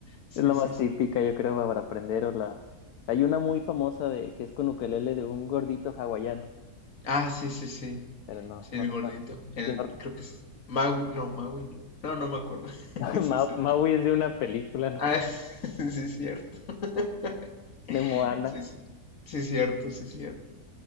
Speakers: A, on the left; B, on the left.
A: Sí,
B: Es la más
A: sí, sí.
B: típica, yo creo, para aprender o la... Hay una muy famosa de que es con ukelele de un gordito hawaiano,
A: Ah, sí, sí, sí.
B: pero no,
A: Sí,
B: no
A: el
B: recuerdo.
A: gordito. El,
B: Sí, no...
A: creo que es Maui. No, Maui no. No, no me acuerdo. <laughs>
B: <laughs>
A: Sí,
B: Ma-
A: sí.
B: Maui es de una película, ¿no?
A: Ah,
B: <laughs>
A: <laughs> sí, es cierto. <laughs>
B: De Moana.
A: Sí, sí. Sí, es cierto, sí, es cierto.